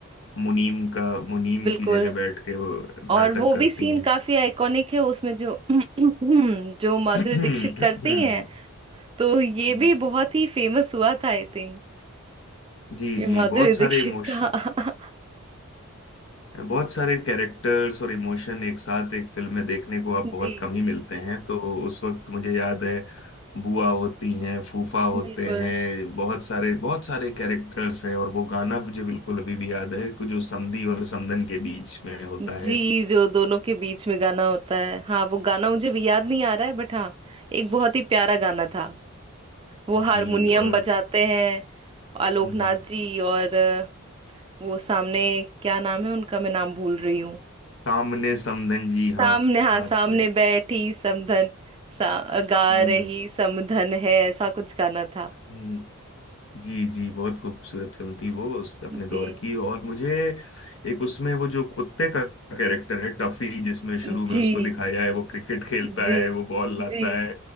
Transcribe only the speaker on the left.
मुनीम का मुनीम
की जगह बैठ के वो
नाटक
करती
हैं
<clears throat>
जी
जी
बहुत सारे
इमोशन
बहुत सारे कैरेक्टर्स और इमोशन एक साथ एक फिल्म में देखने को
अब
बहुत कम ही मिलते हैं तो उस वक्त मुझे याद है बुआ होती हैं फूफा होते
हैं बहुत सारे बहुत सारे कैरेक्टर्स हैं और वो गाना मुझे बिल्कुल अभी भी याद है कि जो समधी और समधन के बीच में होता
है
जी और
हम्म, हम्म,
सामने समधन जी हाथ
हाथ
में
हम्म
हम्म जी जी बहुत खूबसूरत फिल्म थी वो उस अपने
दौर की और मुझे एक उसमें वो जो कुत्ते का कैरेक्टर है टफी जिसमें शुरू
में उसको दिखाया है वो क्रिकेट खेलता
है वो बॉल लाता
है